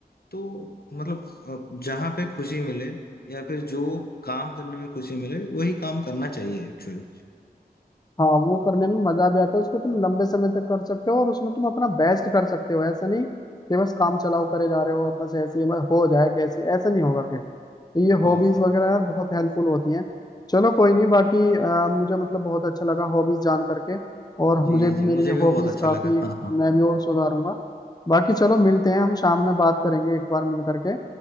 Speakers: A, on the left (about 70°); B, on the left (about 25°).
A: तो मतलब जहां पे खुशी मिले या फिर जो काम करने में खुशी मिले वही काम करना चाहिए एक्चुअली
B: हाँ वो करने में मजा भी आता है उसको तुम लंबे समय तक कर सकते हो और उसमें तुम अपना बेस्ट कर सकते हो ऐसा नहीं कि बस काम चलाओ करे जा रहे हो बस ऐसे ही बस हो जाए कैसे ऐसा नहीं होगा फिर तो ये
A: हाँ
B: हॉबीज
A: हाँ
B: वगैरह यार बहुत हेल्पफुल होती हैं चलो कोई नहीं बाकी अ, मुझे मतलब बहुत अच्छा लगा हॉबीज जान करके और मुझे
A: जी
B: भी
A: जी मुझे
B: मेरी
A: भी बहुत
B: हॉबीज
A: अच्छा
B: काफी
A: लगा हाँ हाँ
B: मैं भी और सुधारूंगा बाकी चलो मिलते हैं हम शाम में बात करेंगे एक बार मिल करके